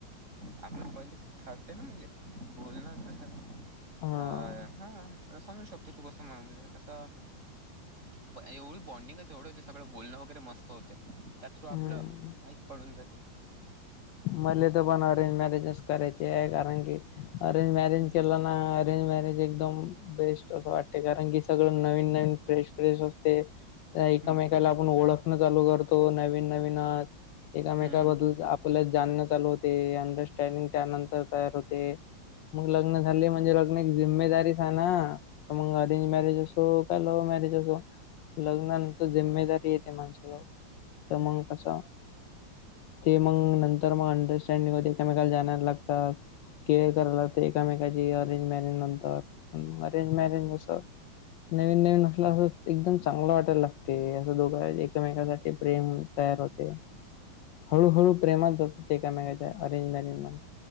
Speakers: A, on the right; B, on the left.
A: आपलं पहिलेस ठरते ना म्हणजे बोलण जस. अ
B: हां,
A: हा समजू शकतो तू कस म्हण कस. पण एवढी बॉन्डिंगच सगळं बोलणं वगैरे मस्त होते. त्या थ्रू आपलं
B: हं.
A: वाईक पडून जाते.
B: मले तर पण अरेंज मॅरेजस करायचे आहे कारण की. अरेंज मॅरेज
A: हम्म
B: केलं ना अरेंज मॅरेज एक. एकदम बेस्ट असं वाटते कारण की सगळं नवीन नवीन फ्रेश फ्रेश असते. एकामेकाला
A: हम्म हम्म हम्म
B: आपूण ओळखणं चालू करतो, नवीन नवीनच एकामेकाबद्दल
A: हम्म हम्म
B: कुल जाण चालू होते, अंडरस्टँडिंग त्यानंतर तयार होते. मग लग्न झाले म्हणजे लग्न एक जिम्मेदारीच हाय ना. तर मग अरेंज मॅरेज असो, का लव्ह मॅरेज असो. लग्नानंतर जिम्मेदारी येते माणसाला. तर मग कसा? ते मग नंतर मग अंडरस्टँडिंग होते, एकामेकाल जाणायला लागतात. केअर कराय लागते एकामेकाची अरेंज मॅरेंज नंतर, अरेंज मॅरेंज असं नवीन नवीन असलं असं एकदम चांगलं वाटायला लागते, असं दोघं एकामेकासाठी प्रेम तयार होते. हळूहळू प्रेमात जातेत एकामेकाच्या अरेंजमॅरेज नंतर